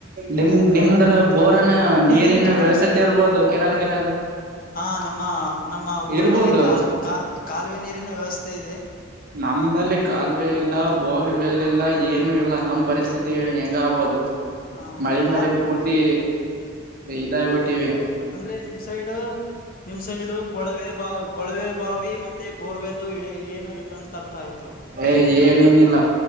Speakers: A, on the right; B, on the left.
A: ನಿ ನಿಮ. <inaudible> ಬೋರನ ನೀರಿನ
B: ನೀವು ಈ
A: ವ್ಯವಸ್ಥೆತೆ ಇರಬಹುದು ಕೆನಾಲ್ ಕೆನಾಲ್.
B: ಹಾ ನಮ್ಮ ನಮ್ಮ ಊರಿನಲ್ಲಿ
A: ಇರ್ಬೋದು
B: ಕಾ ಕಾ ಕಾಲುವೆ ನೀರಿನ ವ್ಯವಸ್ಥೆ ಇದೆ.
A: ನಮ್ನಲ್ಲಿ ಕಾಲುವೆ ಇಲ್ಲ ಬೋರ್ವೆಲ್ ಇಲ್ಲ ಏನು ಇಲ್ಲ ನಮ್ ಪರಿಸ್ಥಿತಿ ಹೆಂಗ ಆಗ್ಬಹದು.
B: ಆ
A: ಮಳೆ
B: ಕಾಲು
A: ಮೇಲೆ ಪೂರ್ತಿ ಇದಾಗಬಿಟ್ಟೀವಿ.
B: ಅಂದ್ರೆ ನಿಮ್ ಸೈಡ್. ನಿಮ್ಸೈಡು ಕೊಳವೆ ಬಾ ಕೊಳವೆ ಬಾವಿ ಮತ್ತೆ ಬೋರ್ವೆಲ್ಲ. ಇಲ್ಲ ಅಂತ ಅರ್ಥ ಆಯ್ತು.
A: ಏ ಏನೇನಿಲ್ಲ